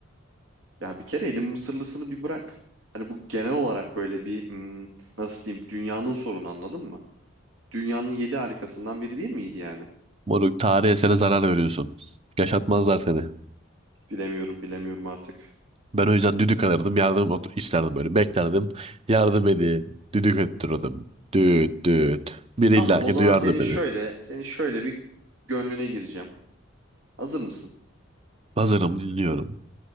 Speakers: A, on the right (about 70°); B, on the right (about 30°).
A: ya bir kere elin mısırlısını bir bırak. Hani bu genel olarak böyle bir, hmm, nasıl diyeyim, dünyanın sorunu anladın mı? Dünyanın yedi harikasından biri değil miydi yani?
B: Moruk tarihe eserine zarar veriyorsun. Yaşatmazlar seni.
A: Bilemiyorum, bilemiyorum artık.
B: Ben o yüzden düdük alırdım. Yardım ot- isterdim böyle. Beklerdim. Yardım edin. Düdük öttürürdüm. Düt düt. Biri
A: Tamam
B: illaki
A: o zaman
B: duyardı
A: senin
B: beni.
A: şöyle senin şöyle bir gönlüne gireceğim. Hazır mısın?
B: Hazırım dinliyorum.